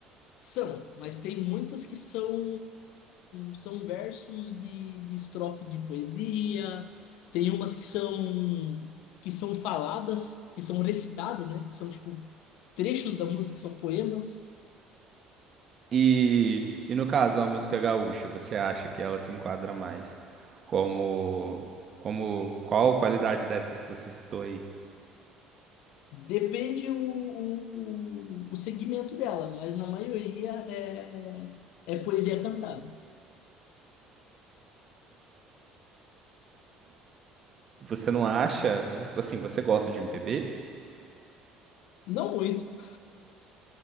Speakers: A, on the left; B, on the right.
A: São, mas tem muitas que são são versos de, de estrofe de poesia, tem umas que são que são faladas, que são recitadas, né? Que são tipo trechos da música, que são poemas.
B: E, e no caso, a música gaúcha, você acha que ela se enquadra mais como, como qual qualidade dessas que você citou aí?
A: Depende o, o, o o segmento dela, mas na maioria é, é poesia cantada.
B: Você não acha, assim, você gosta de MPB?
A: Não muito,